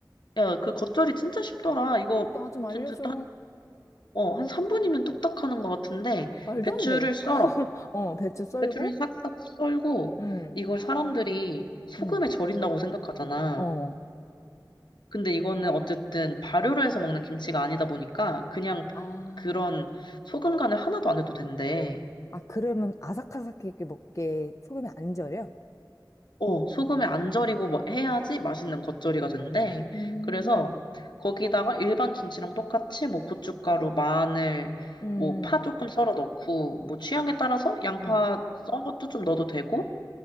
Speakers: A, on the left; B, on the left.
A: 야, 그 겉절이 진짜 쉽더라. 이거
B: 어, 나 좀 알려줘.
A: 진짜 어, 한 3분이면 뚝딱 하는 것 같은데,
B: 말도
A: 배추를
B: 안 돼.
A: 썰어.
B: 어, 배추 썰고,
A: 배추를 싹싹 썰고,
B: 응,
A: 이걸 사람들이 소금에
B: 응,
A: 절인다고 생각하잖아.
B: 어.
A: 근데 이거는 어쨌든 발효를 해서 먹는 김치가 아니다 보니까, 그냥
B: 아,
A: 그런 소금 간을 하나도 안 해도 된대.
B: 아, 그러면 아삭아삭하게 먹게 소금이 안 절여?
A: 어, 소금에 안 절이고 뭐 해야지 맛있는 겉절이가 된대.
B: 음,
A: 그래서 거기다가 일반 김치랑 똑같이 뭐 고춧가루, 마늘,
B: 음 응,
A: 뭐 파 조금 썰어 넣고, 뭐 취향에 따라서 양파
B: 어,
A: 썬 것도 좀 넣어도 되고,